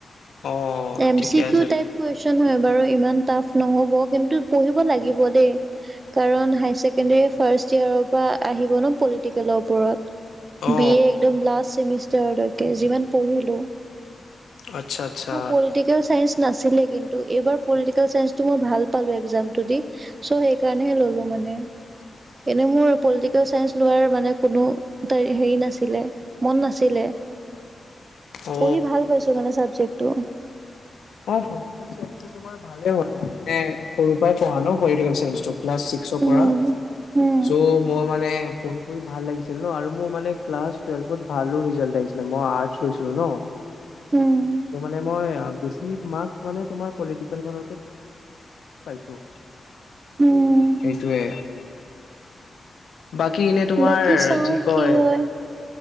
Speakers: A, on the left; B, on the right.
A: অ
B: এম
A: ঠিকে
B: চি কিউ
A: আছে
B: টাইপ কুৱেশন হয় বাৰু। ইমান তাফ নহব, কিন্তু পহিব লাগিব দেই কাৰণ হাই ছেকেণ্ডাৰী ফাৰ্ষ্ট ইয়াৰ পৰা আহিব ন পলিটিকেলৰ ওপৰত?
A: অ
B: বি এ একদম লাষ্ট চেমিষ্টাৰলৈকে যিমান পঢ়িলো
A: আচ্ছা, আচ্ছা।
B: পলিটিকেল চাইঞ্চ নাছিলে। কিন্তু এইবাৰ পলিটিকেল চাইন্সটো মই ভাল পালোঁ এক্সামটো দি। চ সেইকাৰণেহে ললো মই। মানে
A: <inaudible>
B: এনে মোৰ পলিটিকেল চাইন্স লোৱাৰ মানে কোনো ত হেৰি নাছিলে, মন নাছিলে। লে।
A: অ
B: পঢ়ি ভাল পাইছো মানে চাবজেক্টটো।
A: অ পলিটিকেল চাইন্সটো তোমাৰ ভালে হল। মই মানে সৰুৰ পৰা পঢ়া ন পলেটিকেল চাইন্স। ক্লাছ ছিক্সৰ পৰা।
B: উম, উম,
A: চ' মই মানে পঢ়ি পঢ়ি ভাল লাগিছিল ন আৰু মোৰ মানে ক্লাছ টুৱেল্ভত ভালো ৰিজাল্ট আহিছিলে। মই আৰ্টচ লৈছিলো ন।
B: উম,
A: ত' মানে মই চি মাৰ্কচ মানে তোমাৰ পলিটিকেলখনতে পাইছোঁ।
B: উম।
A: সেইটোৱে। বাকী এনে তোমাৰ
B: বাকী চাও
A: যি কয়।
B: কি হয়